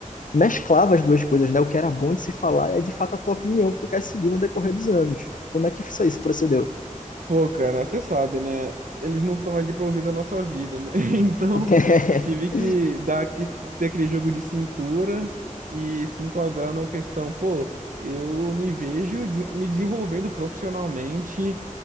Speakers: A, on the left (about 80°); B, on the right (about 80°).
A: mesclava as duas coisas, né? O que era bom de se falar é de fato a tua opinião que tu quer seguir no decorrer dos anos. Como é que isso aí procedeu?
B: Pô, cara, você sabe, né? Eles não estão ali pra ouvir da nossa vida, né? <laughs> Então,
A: <laughs>
B: tive que dar que ter aquele jogo de cintura e se enquadrar na questão, pô, eu me vejo des- me desenvolvendo profissionalmente